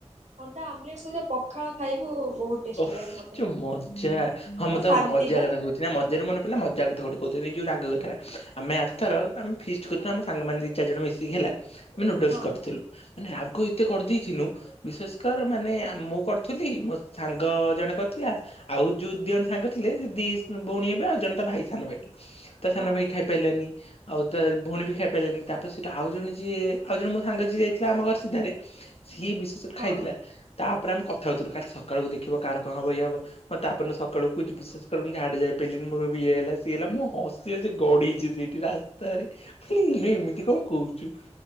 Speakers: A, on the right; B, on the left.
A: ଅଣ୍ଡା ଆମଲେଟ୍ ସହିତ ପଖାଳ ଖାଇବୁ ବହୁତ। ଟେଷ୍ଟି
B: ଓଃ
A: ଲାଗେ
B: ଫସ୍
A: ମତେ
B: କି ମଜା। ହଁ
A: ପୁରା
B: ମୁଁ ତତେ
A: ଶାନ୍ତି
B: ମଜା
A: ବା।
B: କଥା କହୁ ସେଟା ମଜାରୁ ମନେ ପଡ଼ିଲା ମଜା କଥା ଗୋଟେ କହୁଥିଲି ଏଇ ଯୋଉ ରାଗ କଥାଟା ଆମେ ଆର ଥର ଆମେ ଫି ରୁଥିଲା ଆମେ ସାଙ୍ଗମାନେ ଦି ଚାରି ଜଣ ମିଶିକି ହେଲା ଆମେ ନୁଡୁଲସ୍
A: ହଁ
B: କରିଥିଲୁ। ମାନେ ରାଗ ଏତେ କରିଦେଇ ଥିଲୁ ବିଶ୍ୱାସ ମାନେ ମୁଁ କରିଥିଲି ମୋ ସାଙ୍ଗ ଜଣେ କରିଥିଲା। ଆଉ ଯୋଉ ଦି ଜଣ ସାଙ୍ଗ ଥିଲେ ସେ ଦି ଭଉଣୀ ହେବେ ଆଉ ଜଣେ ତା ଭାଇ ସାନ ଭାଇ ଟେ ତା ସାନ
A: ହଁ
B: ଭାଇ ଖାଇ। ପାଇଲା ନି। ଆଉ ତା ଭଉଣୀ ବି ଖାଇ ପାଇଲାନି ତାପରେ ସେଟା ଆଉ ଜଣେ ଯିଏ ଆଉ ଜଣେ ମୋ ସାଙ୍ଗ ଯିଏ ଯାଇଥିଲା ଆମ ଘର ସିଧାରେ। ସିଏ ବିଶ୍ଵାଷ କର
A: ହଁ
B: ଖାଇଦେଲା ତାପରେ ଆମେ କଥା ହଉଥିଲୁ କାଲି ସକାଳୁ ଦେଖିବ କାହାର କଣ ହବ ଇଏ ହବ। ମ ତେ ତା ପର ଦିନ ସକାଳୁ କହୁଛି ବିଶ୍ୱାସ କର ମୁଁ ଝାଡ଼ା ଯାଇପରିଲିନି। ମୋର ବି ଇଏ ହେଲା ସିଏ ହେଲା ମୁଁ ହସି ହସି ଗଡ଼ିଛି ସେଇଠି ରାସ୍ତାରେ ମୁଁ କହିଲି ଇବେ ଏମିତି କଣ କହୁଛୁ।